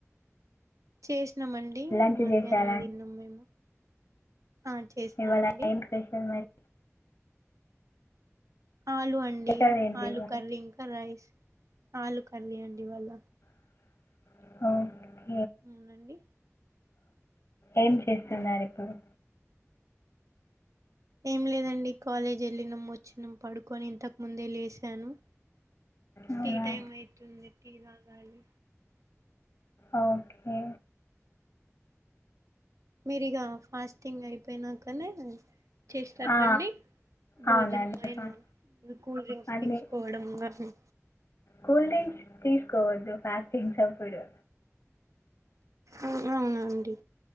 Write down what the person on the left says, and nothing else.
లంచ్
చేశారా
ఇవాళ ఏం స్పెషల్ మరి
స్పెషల్ ఏంటి
ఇవాళ
ఓక్
ఏం చేస్తున్నారు ఇప్పుడు
అవునా
ఓకే
ఆ, అవునండి
ఫా-
అన్ని
కూల్ డ్రింక్స్ తీసుకోవోద్దు ఫ్యాస్టింగ్స్ అప్పుడు